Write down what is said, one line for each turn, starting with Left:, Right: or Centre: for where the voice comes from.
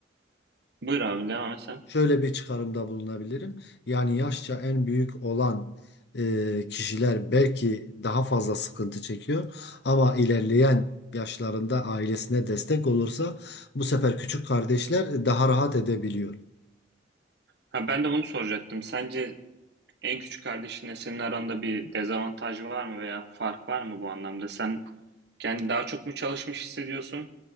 Right: buyur abi devam et sen.
Left: Şöyle bir çıkarımda bulunabilirim. Yani yaşça en büyük olan e, kişiler belki daha fazla sıkıntı çekiyor ama ilerleyen yaşlarında ailesine destek olursa bu sefer küçük kardeşler daha rahat edebiliyor.
Right: Ha, ben de bunu soracaktım. Sence en küçük kardeşinle senin aranda bir dezavantaj var mı veya fark var mı bu anlamda? Sen kendi daha çok mu çalışmış hissediyorsun